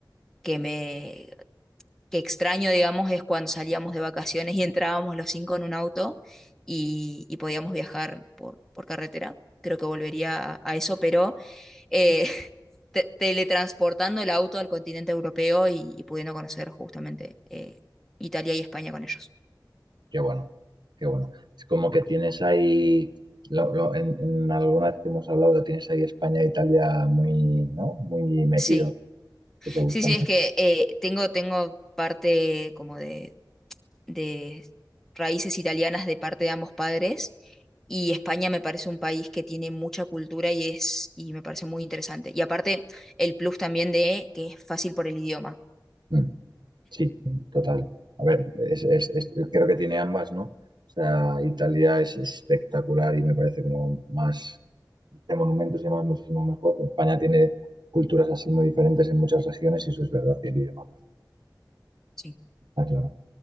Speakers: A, in the centre; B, on the right (about 75°).
A: que me que extraño, digamos, es cuando salíamos de vacaciones y entrábamos los cinco en un auto y, y podíamos viajar por, por carretera. Creo que volvería a, a eso, pero eh, <laughs> te- teletransportando el auto al continente europeo y, y pudiendo conocer justamente eh, Italia y España con ellos.
B: Qué bueno, qué bueno. Es como que tienes ahí, lo- lo- en, en alguna vez que hemos hablado, tienes ahí España e Italia muy, ¿no? Muy metidos,
A: Sí,
B: que te gustan
A: sí, sí, es
B: mucho.
A: que eh, tengo, tengo parte como de de raíces italianas de parte de ambos padres. Y España me parece un país que tiene mucha cultura y es, y me parece muy interesante. Y aparte, el plus también de que es fácil por el idioma.
B: Mm. Sí, total. A ver, es- es- es- creo que tiene ambas, ¿no? O sea, Italia es espectacular y me parece como más de monumentos y demás muchísimo mejor. España tiene culturas así muy diferentes en muchas regiones y eso es verdad y el idioma, pues,
A: Sí.
B: está claro.